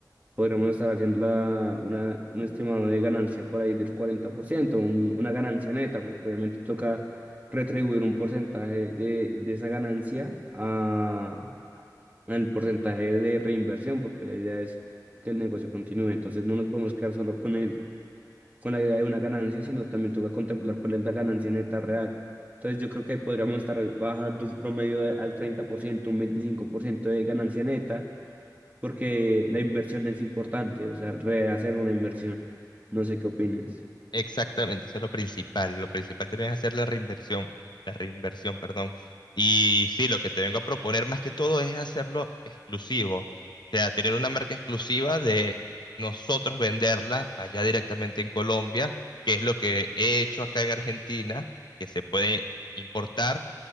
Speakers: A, on the right; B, on the left.
A: podremos estar haciendo la, una, un estimado de ganancia por ahí del 40%, un- una ganancia neta, porque obviamente toca retribuir un porcentaje de, de esa ganancia a, al porcentaje de reinversión, porque la idea es que el negocio continúe. Entonces no nos podemos quedar solo con el con la idea de una ganancia, sino también toca contemplar cuál es la ganancia neta real. Entonces yo creo que podríamos estar bajando un promedio de- al 30%, un 25% de ganancia neta, porque la inversión es importante, o sea, rehacer una inversión. No sé qué opines.
B: Exactamente, eso es lo principal. Lo principal también es hacer la reinversión, la reinversión, perdón. Y sí, lo que te vengo a proponer más que todo es hacerlo exclusivo. O sea, tener una marca exclusiva de nosotros venderla allá directamente en Colombia, que es lo que he hecho acá en Argentina, que se puede importar,